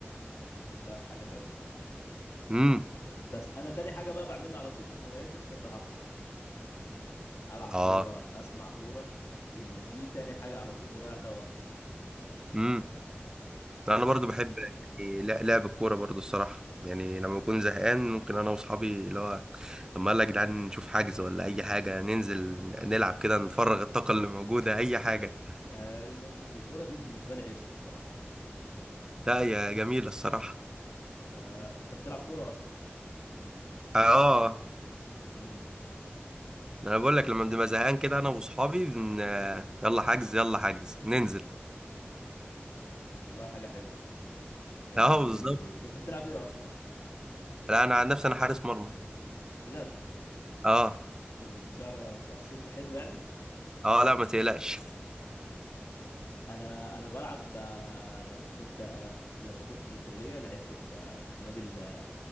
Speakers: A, on the left; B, on the right.
A: لا حاجه حلوه
B: امم
A: بس انا تاني حاجه بقى بعملها على طول من هواياتي بحب العب كوره العب
B: اه
A: كوره اسمع كوره ال- دي تاني حاجه على طول بضيع فيها وقتي
B: امم انا
A: ف
B: برضو بحب يعني لا- لعب الكورة برضو الصراحة يعني لما بكون زهقان ممكن انا واصحابي اللي هو طب ما يلا يا جدعان نشوف حجز ولا اي حاجة ننزل نلعب كده نفرغ الطاقة اللي موجودة اي حاجة
A: ايوه الكوره دي بالنسبه لي عشق بصراحه
B: لا يا جميلة الصراحة
A: فانت بتلعب كوره اصلا
B: اه
A: امم
B: انا بقول لك لما بنبقى زهقان كده انا واصحابي بن... آه، يلا حجز يلا حجز ننزل
A: والله حاجه حلوه يعني
B: اه بالظبط
A: انت بتلعب ايه اصلا
B: لا انا عن نفسي انا حارس مرمى
A: بجد
B: اه
A: وبتعرف بتعرف تصد حلو يعني
B: اه لا ما تقلقش
A: انا انا بلعب آه، لما كنت انا لما كنت في الكليه لعبت في آه، في نادي ال- آه،